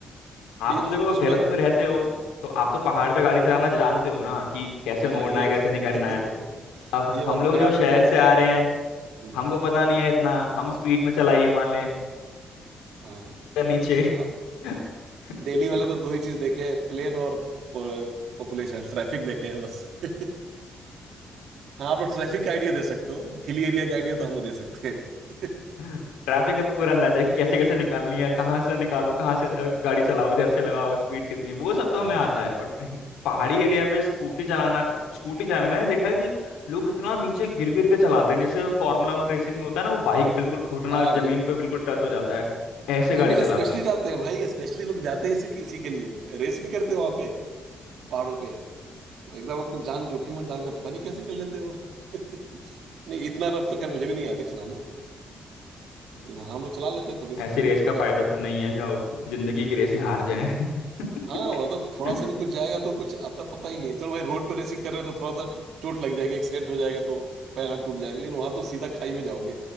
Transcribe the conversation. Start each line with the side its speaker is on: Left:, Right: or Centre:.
Left: आप
Right: लेकिन
Left: तो
Right: उ-
Left: देखो अब
Right: उसमें
Left: देहरादून में रहते हो तो आप तो पहाड़
Right: हाँ
Left: पे गाड़ी चलाना जानते हो ना कि कैसे
Right: हाँ,
Left: मोड़ना
Right: ये
Left: है कैसे नहीं करना
Right: <laughs>
Left: है अब
Right: ये बात
Left: हम लोग
Right: नए
Left: जो
Right: आदमी
Left: शहर
Right: के लिए मुश्किल
Left: से आ रहे हैं
Right: हम्म,
Left: हमको
Right: हम्म,
Left: पता नहीं है इतना हम स्पीड में चलाइए मान लें
Right: हाँ
Left: या नीचे
Right: हाँ
Left: <laughs>
Right: दिल्ली वाले तो दो ही चीज देखे हैं प्लेन और पॉपुलेशन ट्रैफिक देखे हैं बस <laughs> हाँ आप लोग ट्रैफिक का आइडिया दे सकते हो हिली एरिया का आइडिया तो हम लोग दे सकते हैं
Left: ट्रैफिक का तो पूरा अंदाजा है कि कैसे कैसे निकालनी है कहाँ से निकालो कहाँ से ला- गाड़ी चलाओ इधर से लगाओ स्पीड कितनी वो सब
Right: <laughs>
Left: तो
Right: हाँ
Left: हमें आता
Right: <laughs>
Left: है बट <laughs> पहाड़ी एरिया पे स्कूटी चलाना स्कूटी चलाना मैंने देखा है कि लोग इतना नीचे गिर गिर के चलाते हैं जैसे फार्मूला वन रेसिंग में होता है ना वो बाइक बिल्कुल घुटना
Right: हाँ
Left: जमीन
Right: बिल्कुल
Left: पे बिल्कुल टच हो जाता है ऐसे
Right: अरे
Left: गाड़ी
Right: लोग
Left: चलाते
Right: स्पेशली
Left: हैं
Right: जाते हैं भाई स्पेशली लोग जाते हैं इसी इसी के लिए रेस भी करते हो वहां पे पहाड़ों पे एकदम अपनी जान जोखिम में डालकर पता नहीं कैसे कर लेते हो <laughs> नहीं इतना रफ तो खैर मुझे भी नहीं आती चलाने हाँ हम लोग चला लेते हैं थोड़ी सी
Left: ऐसी
Right: नहीं,
Left: रेस
Right: इतना
Left: का
Right: भी ज्यादा
Left: फायदा
Right: नहीं।
Left: तो नहीं है जो जिंदगी की रेस ही हार जाए <laughs>
Right: हाँ मतलब थोड़ा सा भी कुछ जाएगा तो कुछ आता पता ही नहीं है चलो भाई रोड पे रेसिंग कर रहे हैं तो थोड़ा सा चोट लग जाएगी एक्सीडेंट हो जाएगा तो पैर हाथ टूट जाएंगे लेकिन वहां तो सीधा खाई में जाओगे